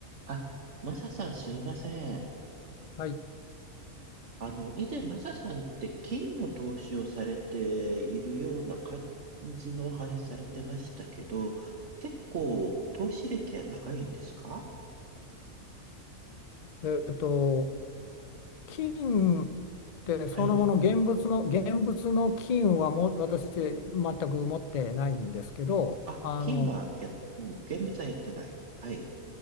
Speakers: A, on the right; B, on the left.
A: あ、マサさんすいません。
B: はい、
A: あの、以前マサさんって金の投資をされているような感じのお話されてましたけど、結構投資歴は長いんですか
B: えーと、金ってそのもの現物の、
A: はい。
B: 現物の金はもう私全く持ってないんですけど、
A: あ、
B: あの、
A: 金はや、うん、現物はやってない。はい。